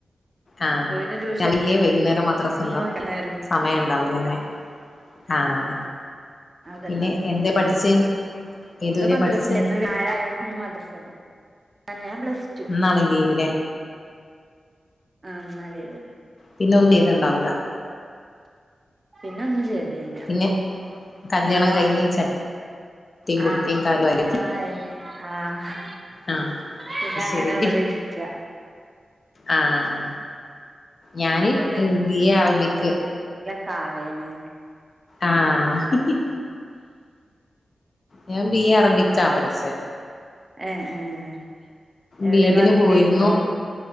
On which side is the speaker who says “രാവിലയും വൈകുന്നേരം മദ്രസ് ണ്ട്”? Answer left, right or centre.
Left